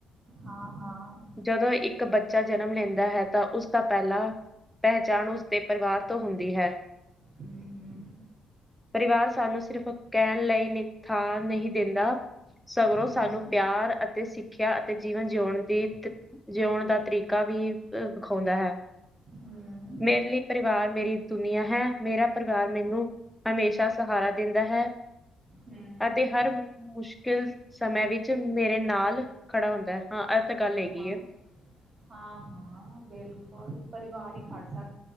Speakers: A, on the right; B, in the centre.
A: ਹਾਂ ਹਾਂ
B: ਜਦੋਂ ਇੱਕ ਬੱਚਾ ਜ ਜਨਮ ਲੈਂਦਾ ਹੈ। ਤਾਂ ਉਸਦਾ ਪਹਿਲਾਂ ਪਹਿਚਾਣ ਉਸਦੇ ਪਰਿਵਾਰ ਤੋਂ ਹੁੰਦੀ ਹੈ।
A: ਹਮ ਹਮ।
B: ਪਰਿਵਾਰ ਸਾਨੂੰ ਸਿਰਫ ਕਹਿਣ ਲਈ ਨਿਥਾ ਨਹੀਂ ਦਿੰਦਾ ਸਗਰੋਂ
A: ਹਮ
B: ਸਾਨੂੰ ਪਿਆਰ ਅਤੇ ਸਿੱਖਿਆ ਅਤੇ ਜੀਵਨ ਜਿਉਣ ਦੀ ਜਿਉਣ ਦਾ ਤਰੀਕਾ ਵੀ ਵਿਖਾਉਂਦਾ ਹੈ
A: ਹਮ
B: ਮੇਰੇ ਲਈ ਪਰਿਵਾਰ ਮੇਰੀ ਦੁਨੀੀਆਂ ਹੈ। ਮੇਰਾ ਪਰਿਵਾਰ ਮੈਨੂੰ ਹਮੇਸ਼ਾ ਸਹਾਰਾ ਦਿੰਦਾ ਹੈ
A: ਹਮ
B: ਅਤੇ ਹਰ ਮੁਸ਼ਕਿਲ ਸਮੇਂ ਵਿੱਚ ਮੇਰੇ ਨਾਲ ਖੜਾ ਹੁੰਦਾ ਹੈ ਹਾਂ। ਤਾਂ ਗੱਲ ਹੈਗੀ
A: ਹਾਂ
B: ਹੈ
A: ਹਾਂ ਹਾਂ ਬਿਲਕੁਲ ਪਰਿਵਾਰ ਹੀ ਖਾਦਸਾ <unintelligible>